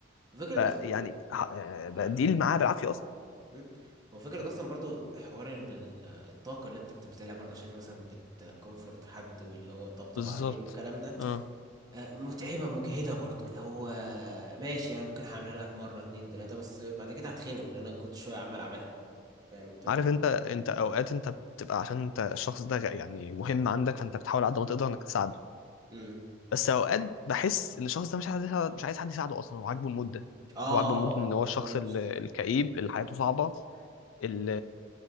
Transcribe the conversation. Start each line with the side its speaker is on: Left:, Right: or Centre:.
Right: وفكره
Left: فيعني
Right: اصلا
Left: ه- آه، بديل
Right: ها
Left: معاه بالعافيه اصلا
Right: مم. هو فكرة أصلا برضو حوار إن ال- الطاقة اللي أنت بتبذلها برضو عشان مثلا بتكونفورت حد واللي هو طبطب
Left: بالظبط
Right: عليه والكلام ده
Left: اه
Right: آه، متعبة مجهدة برضو اللي هو آه، ماشي يعني ممكن هعملها لك مرة اتنين تلاتة بس بعد كده هتخنم لأن أنا كنت شوية عمال أعملها فاهم أنت؟
Left: عارف انت انت اوقات انت بتبقى عشان انت الشخص ده غ- يعني مهم عندك فانت بتحاول على قد ما تقدر انك تساعده
Right: امم
Left: بس اوقات بحس ان الشخص ده مش عايز مش عايز حد يساعده اصلا هو عاجبه المده
Right: اه
Left: هو عاجبه المده ان هو
Right: ما
Left: الشخص
Right: هي المشكلة
Left: ال- الكئيب اللي حياته صعبه ال